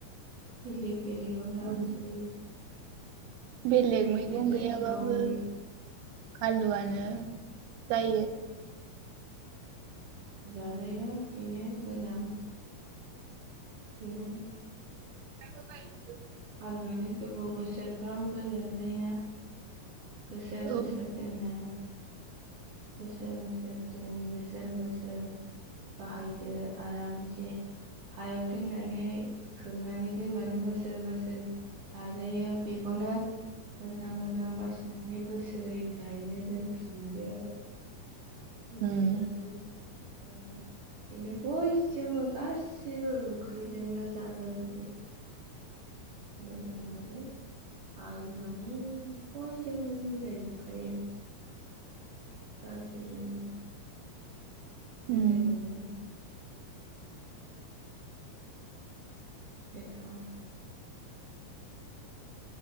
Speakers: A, on the right; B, on the right.
A: बेलेग बेलेगाव लांजोबो।
B: औ बेलेग मैगं
A: जाथि
B: गैयाबाबो
A: दं बेलेग
B: आलुआनो जायो।
A: जाजायो बेनो मोजां। बिनो
B: <unintelligible>
A: आलुआनो गोबाव बोसोरफ्रामबो जाजायोना? बोसोर
B: औ
A: बोसोर दोननानै बोसोर बोसोर दोन बोसोर बोसोर बाहायदो आरामसे हायाव दोननानै खोबनानै दोनबानो बोसोर बोसोर जाजायो बेखौनो मोजां मोजां बासिनानै बोसोरै गायनो दोनफिनदो। बोसोर
B: उम
A: जा ओम बेनो बयजोंबो गासिबो ओंख्रिजोंनो जाजाजोबो मोजांबाबो आलुआनो बयजोंबो मिलायजोबखायो गासैजोंबो मिलाय
B: उम
A: जोबो ना? बेथाव